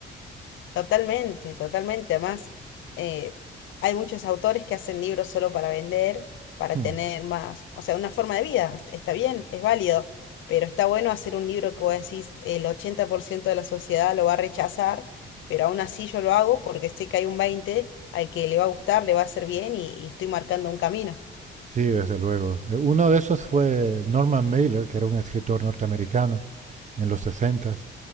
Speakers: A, on the left (about 75°); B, on the right (about 35°).
A: Totalmente, totalmente. Además, eh, hay muchos autores que hacen libros solo para vender, para
B: Hmm.
A: tener más, o sea, una forma de vida. est- Está bien, es válido, pero está bueno hacer un libro que vos decís el 80% de la sociedad lo va a rechazar, pero aún así yo lo hago porque sé que hay un 20 al que le va a gustar, le va a hacer bien y, y estoy marcando un camino.
B: Sí, desde luego. Eh, Uno de esos fue Norman Mailer, que era un escritor norteamericano en los 60